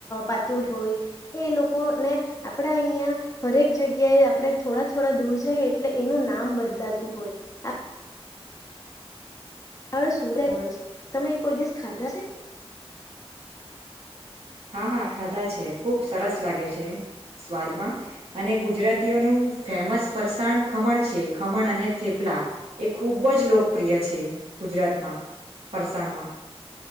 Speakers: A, on the left (about 30°); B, on the right (about 65°).
A: પાતુળ હોય એ લોકો ને આપડા અહિયાં હરેક જગ્યાએ આપણે થોડા થોડા દૂર જાય એટલે એનું નામ બદ બદલાતું હોય આ આ સુરડે છે તમે કોઈ દિવસ ખાધા છે?
B: હા હા ખાધા છે ખૂબ સરસ લાગે છે સ્વાદમાં અને ગુજરાતીઓનું ફેમસ ફરસાણ ખમણ છે. ખમણ અને થેપલા એ ખૂબ જ લોકપ્રિય છે, ગુજરાતમાં ફરસાણમાં